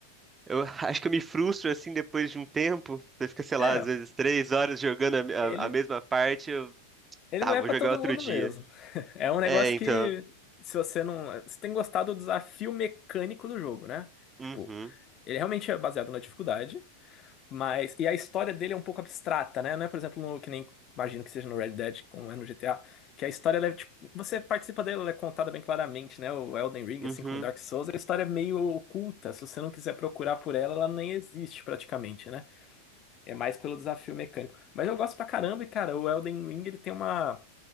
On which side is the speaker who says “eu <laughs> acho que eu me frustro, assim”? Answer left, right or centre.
Right